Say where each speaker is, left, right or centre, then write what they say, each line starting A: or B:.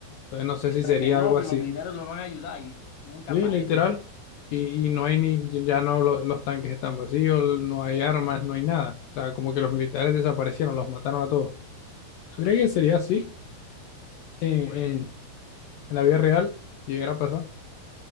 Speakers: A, on the left; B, on the left.
A: Entonces, no sé
B: siempre
A: si sería
B: que no,
A: algo
B: que
A: así.
B: los militares nos van a ayudar y nunca
A: Sí,
B: aparecen.
A: literal. Y, y no hay ni, ya no lo- los tanques están vacíos, no hay armas, no hay nada. O sea, como que los militares desaparecieron, los mataron a todos. ¿Tú crees que sería así en,
B: Pues,
A: en- en la vida real si llegara a pasar?